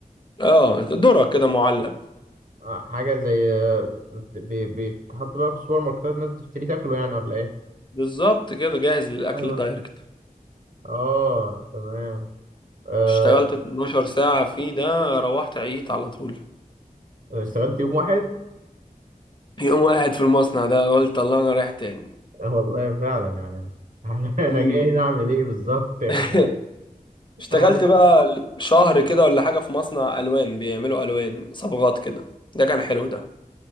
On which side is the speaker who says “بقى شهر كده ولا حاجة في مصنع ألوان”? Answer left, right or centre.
Left